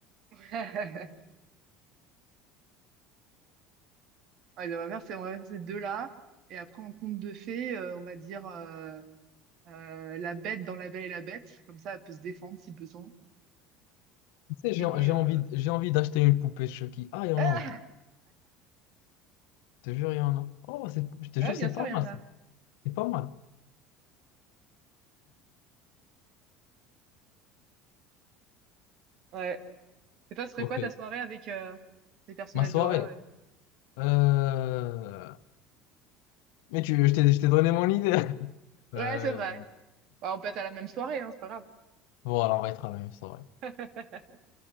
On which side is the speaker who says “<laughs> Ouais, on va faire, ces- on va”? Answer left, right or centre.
Right